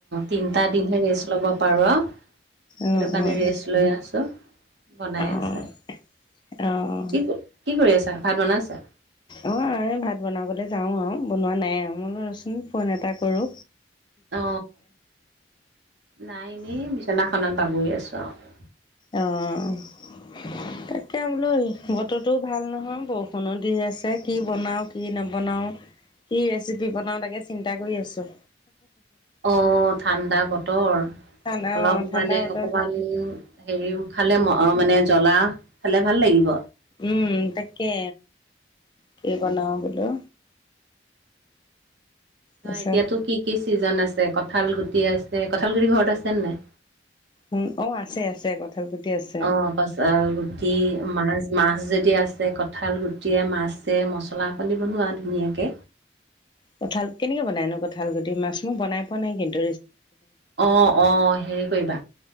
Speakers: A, on the right; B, on the left.
A: তিনটা দিনহে ৰেষ্ট ল'ব পাৰো আও সেইটো
B: অ',
A: কাৰণে
B: অ',
A: ৰেচ লৈ আছো বনাই
B: অ',
A: আছে
B: অ',
A: কি কি কৰি আছা ভাত বনাইছা
B: অ ভাত বনাবলৈ যাও আৰু বনোৱা নাই আৰু মই ৰচোন ফোন এটা কৰো
A: অ নাই এনেই বিছনাখনত বাগৰি আছো আৰু
B: অ'
A: <inaudible>
B: তাকে বোলো বতৰটো ভাল নহয় বৰষুণো দি আছে কি বনাওঁ কি নবনাওঁ কি ৰেচিপি বনাও তাকে চিন্তা কৰি আছো।
A: অ' ঠাণ্ডা বতৰ
B: ঠাণ্ডা
A: অলপ
B: অ', ঠাণ্ডা
A: মানে
B: বতৰ
A: অকমান হেৰি খালে মানে জ্বলা খালে ভাল লাগিব
B: উম তাকে কি বনাও বোলো তাৰপিছত
A: এতিয়াতো কি কি চিজন আছে কঁঠাল গুটি আছে। যে কঁঠালগুটি ঘৰত আছে নাই?
B: উম অ আছে আছে কঁঠাল গুটি আছে
A: অ কঠাল গুটি মাছ মাছ যদি আছে কঠাল গুটি টিয়ে মাছে মছলাপাতি বনোৱা ধুনীয়াকে।
B: কঁঠাল কেনেকে বনাই নো কঁঠাল গুটি মাছ মোৰ বনাই পোৱা নাই কিন্তু
A: অ অ হেৰি কৰিবা